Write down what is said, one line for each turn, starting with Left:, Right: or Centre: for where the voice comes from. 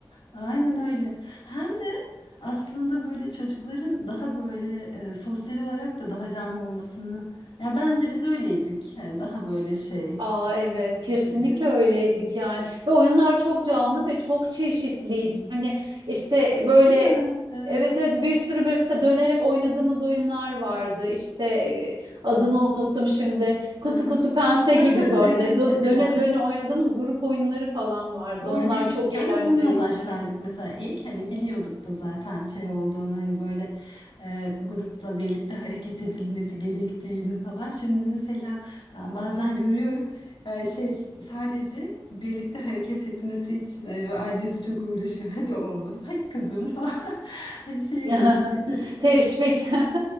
Left: Aynen öyle. Hem de aslında böyle çocukların daha böyle e, sosyal olarak da daha canlı olmasını. Ya bence biz öyleydik. Yani daha böyle şey
Right: Aa evet kesinlikle
Left: konuşabilirdik.
Right: öyleydik yani ve oyunlar çok canlı ve çok çeşitliydi. Hani işte böyle
Left: Değil mi? Evet.
Right: evet evet bir sürü böyle işte dönerek oynadığımız oyunlar vardı. İşte e, adını unuttum şimdi. Kutu
Left: Hı hı.
Right: kutu pense gibi
Left: Hı hı.
Right: böyle
Left: Evet
Right: dö-
Left: mesela.
Right: döne döne oynadığımız grup oyunları falan vardı.
Left: Doğru
Right: Onlar
Left: küçükken
Right: çok eğlenceliydi.
Left: onunla başlardık mesela ilk hani biliyorduk da zaten şey olduğunu hani böyle e, grupla birlikte hareket edilmesi gerektiğini falan. Şimdi mesela ben bazen görüyorum e, şey sadece birlikte hareket etmesi için e, ve annesi çok uğraşıyor. Hadi oğlum hadi kızım falan <laughs> hani şeye
Right: <laughs>
Left: katmaya çalışıyor
Right: Teşvik.
Left: Hani çocuklar.
Right: <laughs>